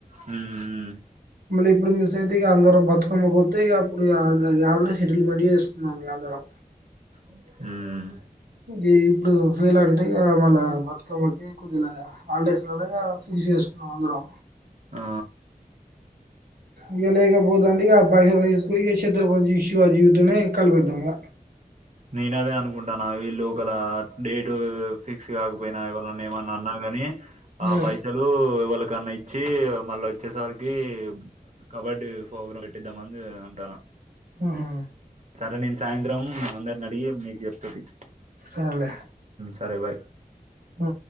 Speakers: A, on the right; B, on the right.
A: హ్మ్ హ్మ్
B: మళ్ళీ ఇప్పుడు మిస్ అయితే ఇక అందరం బతుకమ్మకు వస్తే అప్పుడు యడున సెటిల్మెంట్ చేసుకుందాం ఇగ అందరం
A: హ్మ్ హ్మ్
B: ఇ ఇప్పుడు ఫెయిల్ అంటే మన బతుకమ్మకి కొద్దిగా హాలిడేస్ లలో ఫిక్స్ చేసుకుందాం అందరం
A: ఆ
B: ఇగ లేకపోతే అంతేగా పైసలు అన్ని తీసుకొని చత్రపతి ఇష్యూ అని కలిపిద్దాం ఇగ
A: నేను అదే అనుకుంటాను వీళ్ళు ఒకేలా డేట్ పిక్స్ కాకపోయినా ఎవరైనా ఏమైనా అన్నా గాని
B: ఉమ్
A: ఆ పైసలు ఎవలు ఎవరికైనా ఇచ్చి మళ్లీ వచ్చేసరికి కబడ్డీ ప్రోగ్రాం పెట్టిద్దామని అని అంటానా
B: ఆహా
A: సరే నేను సాయంత్రం అందరిని అడిగి మీకు చెప్తాతి
B: సరేలే
A: సరే బాయ్
B: ఉ